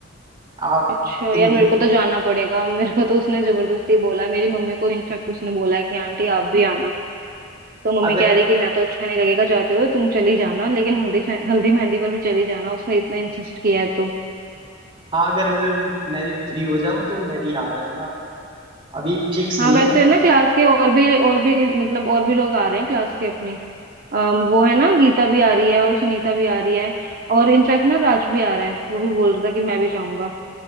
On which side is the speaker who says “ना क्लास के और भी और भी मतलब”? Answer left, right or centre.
Right